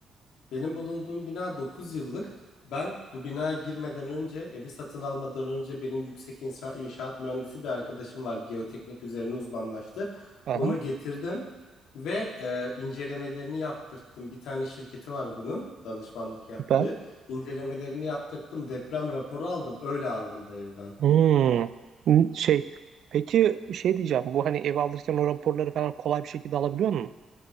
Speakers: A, on the left; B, on the right.
A: Benim bulunduğum bina 9 yıllık. Ben bu binaya girmeden önce, evi satın almadan önce benim yüksek inşa- inşaat mühendisi bir arkadaşım var. Geoteknik üzerine uzmanlaştı.
B: Aha,
A: Onu getirdim ve e, incelemelerini yaptırttım. Bir tane şirketi var bunun danışmanlık yaptığı.
B: süper.
A: İncelemelerini yaptırttım. Deprem raporu aldım. Öyle aldım bu evi ben.
B: Hmm. N- Şey, peki bir şey diyeceğim. Bu hani ev alırken o raporları falan kolay bir şekilde alabiliyor musun?